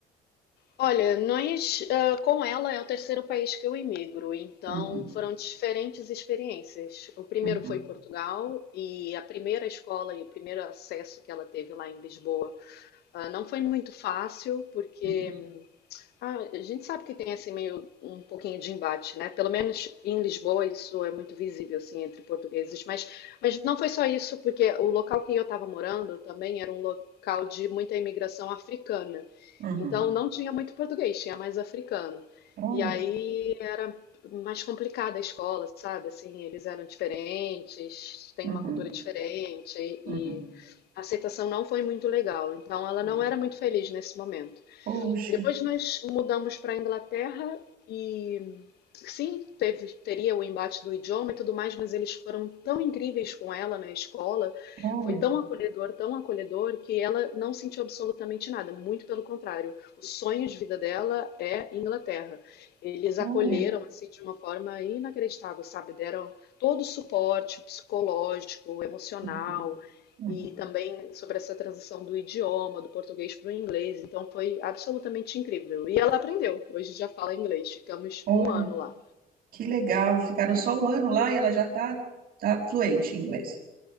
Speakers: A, on the left; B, on the right.
A: Olha, nós, ah, com ela é o terceiro país que eu emigro, então
B: Uhum,
A: foram diferentes experiências. O primeiro
B: uhum,
A: foi Portugal e a primeira escola e o primeiro acesso que ela teve lá em Lisboa, ah, não foi muito fácil, porque
B: uhum,
A: ah, a gente sabe que tem assim meio um pouquinho de embate, né? Pelo menos em Lisboa isso é muito visível assim entre portugueses, mas mas não foi só isso, porque o local que eu estava morando também era um local de muita imigração africana.
B: uhum.
A: Então não tinha muito português, tinha mais africano.
B: Olha,
A: E aí era mais complicada a escola, sabe? Assim, eles eram diferentes, têm
B: uhum,
A: uma cultura diferente e
B: uhum,
A: a aceitação não foi muito legal. Então ela
B: uhum.
A: não era muito feliz nesse momento.
B: Poxa,
A: Depois nós mudamos para a Inglaterra e sim, teve, teria o embate do idioma e tudo mais, mas eles foram tão incríveis com ela na escola,
B: olha,
A: foi tão acolhedor, tão acolhedor, que ela não sentiu absolutamente nada, muito pelo contrário. O sonho de vida dela é Inglaterra. Eles
B: olha,
A: acolheram assim de uma forma inacreditável, sabe? Deram todo o suporte psicológico, emocional,
B: uhum, uhum.
A: e também sobre essa transição do idioma, do português para o inglês. Então foi absolutamente incrível. E ela aprendeu, hoje já fala inglês, ficamos
B: Olha,
A: um ano lá.
B: que legal. Ficaram só um ano lá e ela já está tá tá fluente em inglês.